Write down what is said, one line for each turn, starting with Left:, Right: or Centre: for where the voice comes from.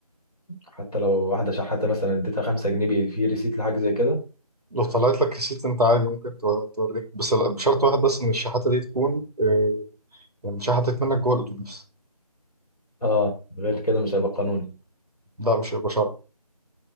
Centre: حتى لو واحدة شحاتة مثلا اديتها 5 جنيه بي- في ريسيت لحاجة زي كده
Right: لو طلعت لك ريسيت انت عادي ممكن تو- توريه بس لا- بشرط واحد بس ان الشحاته دي تكون آه، يعني شحتت منك جوه الاتوبيس
Centre: اه غير كده مش هيبقى قانوني
Right: لا مش هيبقى شرط